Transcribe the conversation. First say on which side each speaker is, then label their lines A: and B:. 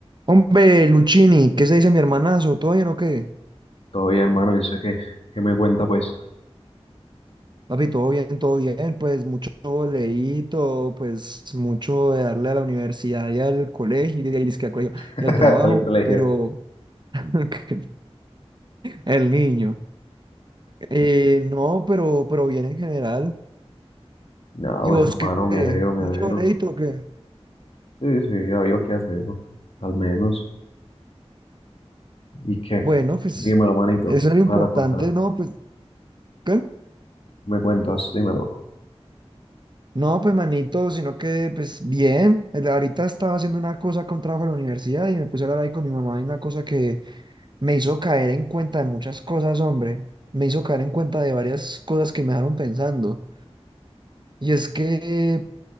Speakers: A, on the right; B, on the left.
A: Hombre, Luchini, ¿qué se dice mi hermanazo? ¿Todo bien o qué?
B: Todo bien, hermano, yo sé que, que me cuenta pues
A: Papi, todo bien, todo bien, pues mucho boleíto, pues mucho de darle a la universidad y al colegio, y, y, al colegio
B: <laughs>
A: y al trabajo,
B: al colegio.
A: pero <laughs> el niño. Eh, no, pero, pero bien en general.
B: Ah,
A: ¿Y
B: bueno,
A: vos
B: hermano,
A: qué?
B: me alegro, me
A: ¿Mucho
B: alegro.
A: boleíto o qué?
B: Sí, sí, había qué hacer, ¿no? al menos. ¿Y qué?
A: Bueno, pues
B: Dímelo, manito,
A: eso es lo importante,
B: me vas a contar.
A: ¿no? Pues, ¿qué?
B: ¿Me cuentas? Dímelo.
A: No, pues manito, sino que pues bien, el- ahorita estaba haciendo una cosa con trabajo de la universidad y me puse a hablar ahí con mi mamá y una cosa que me hizo caer en cuenta de muchas cosas, hombre, me hizo caer en cuenta de varias cosas que me dejaron pensando. Y es que